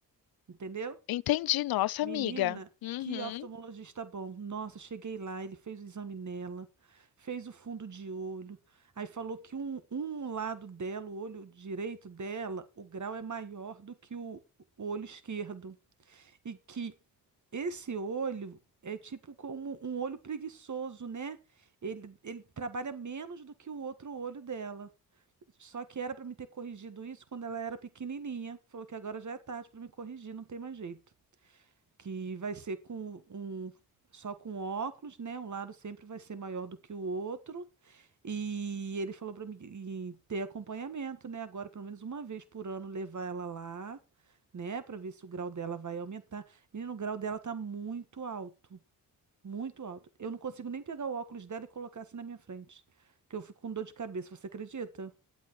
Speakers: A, on the right; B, on the left.
A: entendeu?
B: Entendi, nossa
A: Menina,
B: amiga. Uhum.
A: que oftalmologista bom. Nossa, cheguei lá, ele fez o exame nela, fez o fundo de olho, aí falou que um, um lado dela, o olho direito dela, o grau é maior do que o o olho esquerdo e que esse olho é tipo como um olho preguiçoso, né? Ele, ele trabalha menos do que o outro olho dela. Só que era para me ter corrigido isso quando ela era pequenininha. Falou que agora já é tarde para me corrigir, não tem mais jeito. Que vai ser com um só com óculos, né? Um lado sempre vai ser maior do que o outro. E ele falou para mim e ter acompanhamento, né? Agora, pelo menos uma vez por ano, levar ela lá, né? Para ver se o grau dela vai aumentar. Menino, o grau dela tá muito alto, muito alto. Eu não consigo nem pegar o óculos dela e colocar assim na minha frente, que eu fico com dor de cabeça. Você acredita?